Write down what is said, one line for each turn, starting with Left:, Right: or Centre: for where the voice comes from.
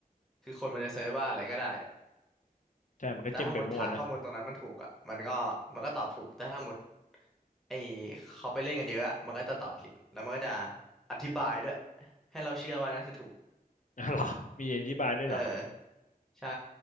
Centre: คือคนมันจะเซิร์ชว่าอะไรก็ได้
Left: ใช่มันก็จิ้มไปมั่วนะ
Centre: แต่ถ้าหมดฐานข้อมูลตรงนั้นมันถูกอ่ะมันก็มันก็ตอบถูกแต่ถ้าหมดไอเขาไปเล่นกันเยอะอะมันก็จะตอบผิดแล้วมันก็จะอธิบายด้วยให้เราเชื่อว่านั่นคือถูก
Left: <laughs> อ๋อเหรอมีอธิบายด้วยเหรอ
Centre: เออใช่